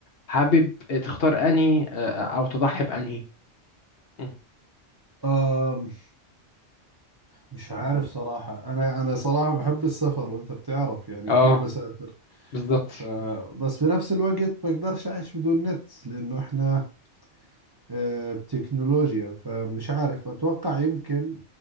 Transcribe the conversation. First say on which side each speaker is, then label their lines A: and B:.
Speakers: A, on the left; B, on the right.
A: حابب تختار انهي أه... آه، او تضحي بانهي م.
B: آم مش عارف صراحة أنا أنا صراحة بحب السفر وأنت بتعرف يعني
A: اه
B: كثير بسافر
A: بالظبط
B: ف بس بنفس الوقت بقدرش أعيش بدون نت لأنه إحنا آه، بتكنولوجيا فمش عارف أتوقع يمكن